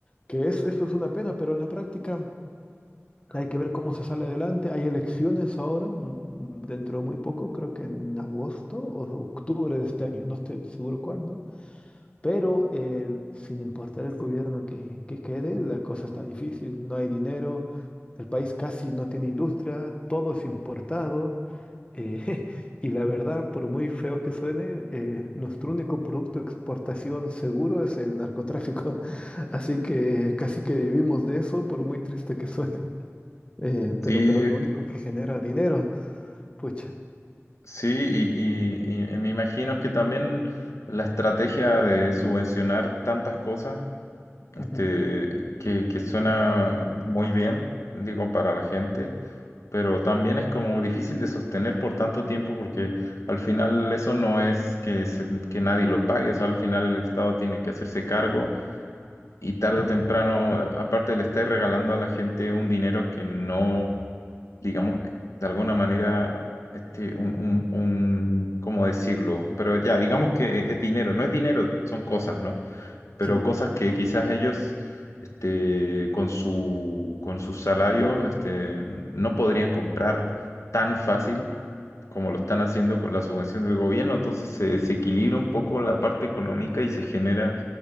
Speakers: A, on the left; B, on the left.
A: que es, eso es una pena, pero en la práctica... Hay que ver cómo se sale adelante. Hay elecciones ahora, mm, mm, dentro de muy poco, creo que en agosto o octubre de este año, no estoy seguro cuándo. Pero eh, sin importar el gobierno que, que quede, la cosa está difícil, no hay dinero, el país casi no tiene industria, todo es importado. eh, <laughs> y la verdad, por muy feo que suene, eh, nuestro único producto de exportación seguro es el narcotráfico. <laughs> Así que casi que vivimos de eso, por muy triste que suene eh,
B: sí,
A: pero, pero es
B: es
A: lo único
B: que-
A: que genera dinero. Pucha.
B: sí, y, y y me imagino que también la estrategia de subvencionar tantas cosas
A: <laughs>
B: este,
A: Mm, Ujú,
B: que, que suena muy bien, digo, para la gente, pero también es como difícil de sostener por tanto tiempo porque al final eso no es que, se- que nadie lo pague, o sea, al final el Estado tiene que hacerse cargo y tarde
A: mm,
B: o temprano,
A: Sí. ujú,
B: eh,
A: eh,
B: aparte le está regalando a la gente un dinero que no, digamos, que de alguna manera... Este, un,
A: ujú,
B: un, un, ¿cómo decirlo? Pero ya, digamos que es dinero, no es dinero, son cosas,
A: ujú,
B: ¿no? pero
A: Sí.
B: cosas que
A: ujú,
B: quizás ellos este, con su, con sus salarios este, no podrían comprar tan fácil
A: ujú,
B: como lo están haciendo con la subvención del gobierno, entonces se, desequilibra un poco la parte económica y se genera